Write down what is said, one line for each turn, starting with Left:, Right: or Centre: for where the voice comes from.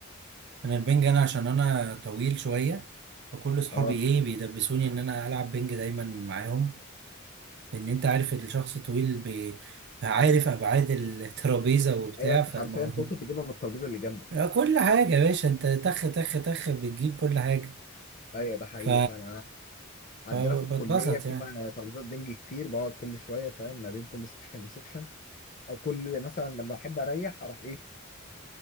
Right: انا البنج انا عشان انا طويل شويه فكل اصحابي
Left: أه
Right: ايه بيدبسوني ان انا العب بنج دايما معاهم لان انت عارف الشخص طويل بي... عارف ابعاد الترابيزه وبتاع
Left: ايوه انت
Right: فالموضوع
Left: حرفيا ممكن تجيبها من الترابيزه اللي جنبك
Right: لا، كل حاجه يا باشا انت تخ تخ تخ بتجيب كل حاجه
Left: ايوه ده حقيقي
Right: ف
Left: فانا عندنا
Right: فبتبسط
Left: في الكليه في
Right: يعني
Left: مع- ترابيزات بنج كتير بقعد كل شويه فاهم ما بين كل سكشن وسكشن او كل مثلا لما احب اريح اروح ايه